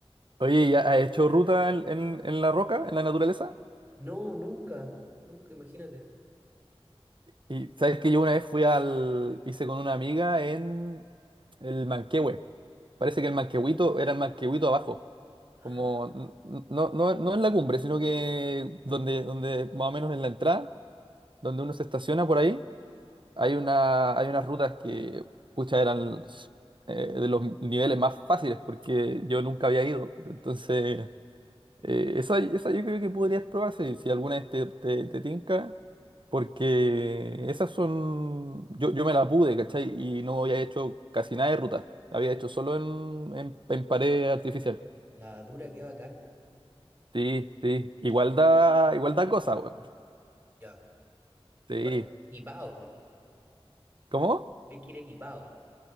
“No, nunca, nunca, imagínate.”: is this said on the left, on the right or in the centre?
Right